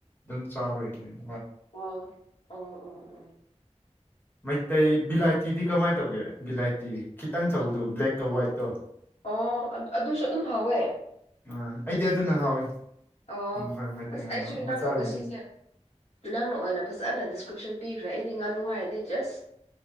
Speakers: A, on the left; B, on the left.
A: ꯑꯗꯨꯝ ꯆꯥꯕꯩꯅꯦ
B: ꯑꯣ ꯑꯣ ꯑꯣ ꯑꯣ
A: ꯃꯩꯇꯩ ꯕꯤꯂꯥꯏꯇꯤꯗꯤ ꯀꯃꯥꯏꯅ ꯇꯧꯒꯦ ꯕꯤꯂꯥꯏꯇꯤ ꯈꯤꯇꯪ ꯆꯧꯕꯗꯣ ꯕ꯭ꯂꯦꯛꯀ ꯋꯥ꯭ꯋꯥꯏꯠꯇꯣ
B: ꯑꯣ ꯑꯗꯨꯁꯨ ꯑꯗꯨꯝ ꯍꯥꯎꯋꯦ
A: ꯑꯥ ꯑꯩꯗꯤ ꯑꯗꯨꯅ ꯍꯥꯎꯋꯦ
B: ꯑꯣ
A: ꯍꯣꯏ ꯃꯩꯇꯩ
B: ꯑꯁ
A: ꯉꯥꯅꯨ
B: ꯑꯩꯁꯨ ꯅꯪꯅ
A: ꯃꯆꯥꯕꯨꯗꯤ
B: ꯉꯁꯤꯁꯦ ꯅꯪꯅ ꯑꯣꯏꯅ ꯐꯖꯅ ꯗꯤꯁꯀ꯭ꯔꯤꯞꯁꯟ ꯄꯤꯈ꯭ꯔꯦ ꯑꯩꯗꯤ ꯉꯥꯅꯨ ꯍꯥꯏꯔꯗꯤ ꯖꯁ